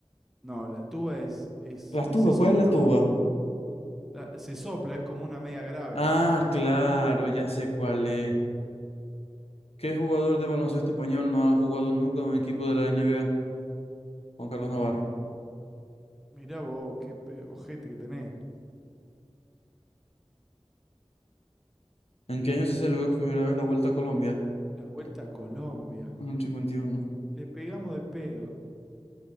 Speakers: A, in the centre; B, on the left.
A: No, la tuba es, es,
B: La
A: es-
B: tuba,
A: se sopla,
B: ¿cuál es la tuba?
A: boludo. La- se sopla, es como una media grave.
B: Ah, claro, ya sé cuál es. ¿Qué jugador de baloncesto español no ha jugado nunca en un equipo de la NBA? Juan Carlos Navarro.
A: Mirá vos, qué pe- ojete que tenés.
B: ¿En qué año se celebró por primera vez la Vuelta a Colombia?
A: La vuelta
B: Eh,
A: a Colombia.
B: En el 51.
A: Le pegamos de pedo.